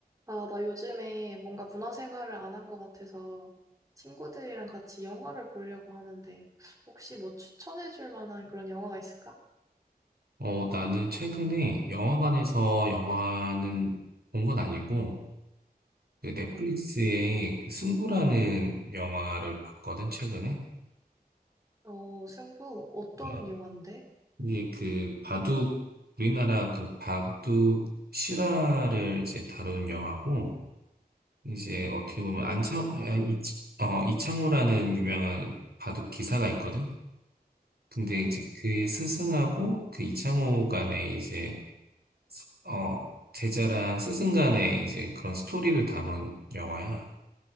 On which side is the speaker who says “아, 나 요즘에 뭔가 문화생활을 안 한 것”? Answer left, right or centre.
Right